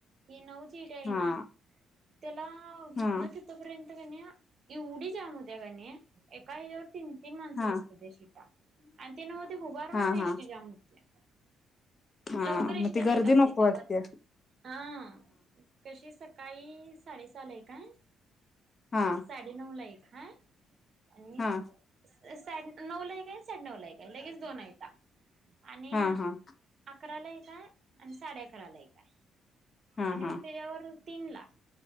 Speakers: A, on the right; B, on the left.
A: ही नऊज <unintelligible>
B: हा
A: त्यालाव
B: हा
A: इतना तिथं पर्यंत कन्या एवढी जाम हुत्या कन्या एका ह्याच्यावर तीन तीन माणसं
B: हा
A: बसत्यात तशी या आणि ती नवत उभारून
B: हा
A: आणि
B: हा
A: एसटी जाम होतिया.
B: हा
A: लवकर इष्टया
B: मग ती
A: नाहीत
B: गर्दी
A: आव
B: नको
A: त्याच्यावर
B: वाटते
A: हा कशी स सकाळी साडेसहाला एक हाय
B: हा
A: साडे नऊ ला एक हाय आणि
B: हा
A: स अ साडे नऊ ला एक काय साडे नऊ ला एक काय लगेच दोन ऐता आणि
B: हा हा
A: अकराला एक हाय आणि साडे अकराला एक हाय.
B: हा
A: आणि
B: हा
A: मग त्याच्यावर तीन लाख.